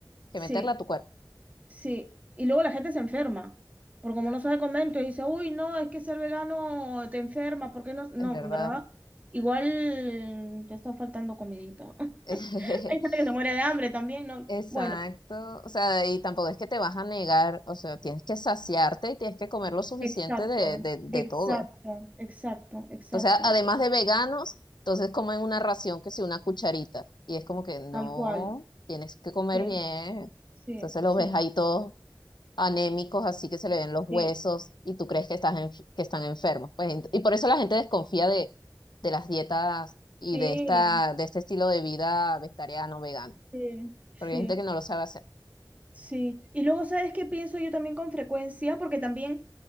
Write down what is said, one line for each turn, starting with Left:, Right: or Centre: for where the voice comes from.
Left: que
Right: sí,
Left: meterla a tu cuerpo,
Right: sí, y luego la gente se enferma, porque como no sabe comer, entonces dice, uy, no, es que ser vegano te enferma, ¿por qué no? No,
Left: es verdad.
Right: en verdad, igual te está faltando comidita.
Left: <laughs>
Right: Hay gente que se muere de hambre también, ¿no?
Left: Exacto,
Right: Bueno,
Left: o sea, y tampoco es que te vas a negar, o sea, tienes que saciarte y tienes que comer lo suficiente
Right: exacto,
Left: de, de, de
Right: exacto,
Left: todo.
Right: exacto, exacto,
Left: Entonces, a- además de veganos, entonces comen una ración que si una cucharita. Y es como que no,
Right: tal cual.
Left: tienes que comer
Right: Sí,
Left: bien.
Right: sí,
Left: Entonces
Right: sí,
Left: los ves ahí todos anémicos, así que se le ven los huesos
Right: sí,
Left: y tú crees que estás enf- que están enfermos. Pues, ent- y por eso la gente desconfía de, de las dietas y
Right: sí,
Left: de esta, de este estilo de vida vegetariano, vegano.
Right: sí, sí.
Left: Porque hay gente que no lo sabe hacer.
Right: Sí, y luego, ¿sabes qué pienso yo también con frecuencia? Porque también